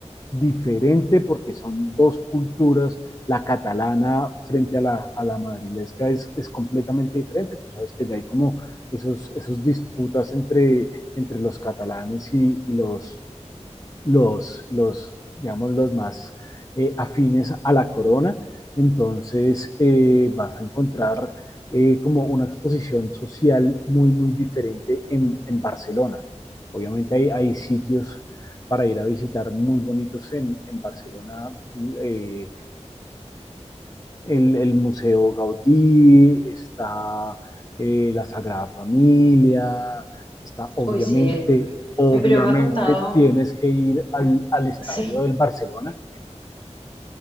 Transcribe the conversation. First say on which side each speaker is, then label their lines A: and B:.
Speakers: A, on the left (about 30°); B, on the left (about 45°).
A: diferente porque son dos culturas. La catalana frente a la, a la madrilesca es, es completamente diferente. Tú sabes que ya hay como esos, esos disputas entre, entre los catalanes y, y los los, los digamos, los más eh, afines a la corona. Entonces eh, vas a encontrar eh, como una exposición social muy, muy diferente en, en Barcelona. Obviamente hay, hay, sitios para ir a visitar muy bonitos en, en Barcelona, eh, el, el Museo Gaudí, está eh, la Sagrada Familia, está obviamente,
B: Uy, sí, eh,
A: obviamente
B: mi primo me ha contado,
A: tienes que ir al, al estadio
B: <laughs> sí,
A: del Barcelona.